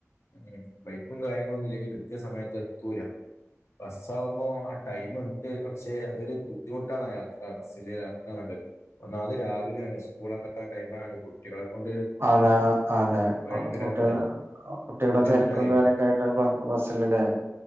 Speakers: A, on the left; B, on the right.
A: ഉം ബൈക്കും കാര്യങ്ങളൊന്നും ഇല്ലെങ്കിൽ കൃത്യ സമയത്ത് എത്തൂലാ ബസ്സാവുമ്പോ ആഹ് ടൈമ് <unintelligible> പക്ഷേ അതൊരു ബുദ്ധിമുട്ടാണ് ആഹ് യാത്ര ബസ്സില യാത്രാന്നുള്ളത് ഒന്നാമത് രാവിലെ ആണ് സ്കൂളൊക്കെ ടൈമായോണ്ട് കു കുട്ടികളെ കൊണ്ടൊരു
B: അതെ അതെ
A: ഭയങ്കര
B: കുട്ടികള്
A: ഇത്
B: കുട്ടികളെ
A: ബുദ്ധിമുട്ടായിരിക്കും
B: തെരക്കും കാര്യൊക്കെ ആയിട്ട് ബസ്സിലല്ലേ